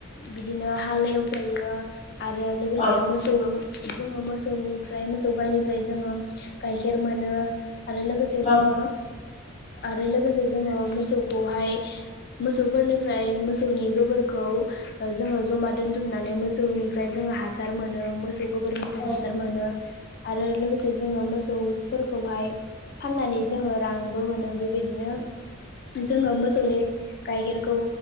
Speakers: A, on the left; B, on the left.
A: बिदिनो हाल एवजायो आरो लोगोसे
B: औ
A: मोसौ जोंङो मोसौनिफ्राय मोसौ गायनिफ्राय जोंङो गाइखेर मोनो आरो लोगोसे जोंङो
B: औ
A: आरो लोगोसे जोंङो मोसौखौहाय मोसौफोरनिफ्राय मोसौनि गोबोरखौ जोंङो जमा दोन्थुमनानै मोसौनिफ्राय जोंङो हासार मोनो मो गोबोरनिफ्राय
B: औ
A: हासार मोनो आरो लोगोसे जोंङो मोसौफोरखौहाय फाननानै जोंङो रांबो मोनो बेबायदिनो जोंङो मोसौनि गाइखेरखौ